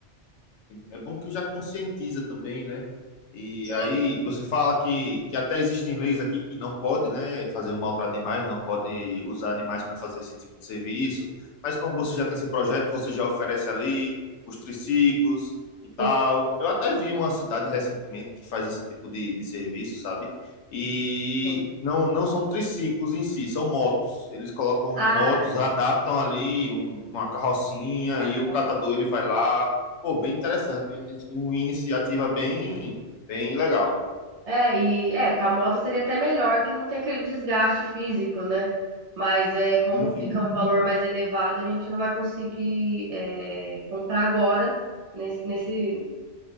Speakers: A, on the left; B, on the right.
A: Assim, É bom que já conscientiza também, né? E
B: Sim,
A: aí você fala que, que até existem leis aqui que não pode, né, fazer um maltrato de animais, não pode usar animais para fazer esse tipo de serviço. Mas como você já tem esse projeto, você já oferece ali os triciclos e tal.
B: sim,
A: Eu até vi uma cidade recentemente que faz esse tipo de, de serviço, sabe? E
B: sim.
A: não não são triciclos em si, são motos. Eles colocam
B: Ah,
A: motos, adaptam ali um- uma carrocinha
B: com a
A: e o
B: carroça.
A: catador ele vai lá Pô, bem interessante, uma ini- uma iniciativa bem, bem legal,
B: É, e é, com a moto seria até melhor que não tem aquele desgaste físico, né? Mas é como
A: enfim,
B: fica um valor mais elevado, a gente não vai conseguir é, comprar agora nesse, nesse,